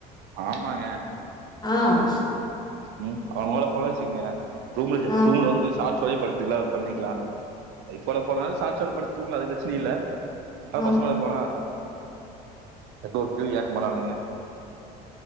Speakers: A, on the right; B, on the left.
A: ஆமாங்க
B: ஆ
A: ம் அவுங்களோட போனா வச்சுகுங்க ரூம்ல
B: ஆ
A: ரூம்ல வந்து சாட்சோடே படுத்துக்லா பண்ணிக்லா ஒய்ஃப் ஓட போனாலு சாட்சோட படுத்து தூங்லா அது பிரச்சன இல்ல ஆனா
B: ஆ
A: பசங்களோட போனா எந்த ஒரு கேள்வி கேக்க மாட்டானுங்க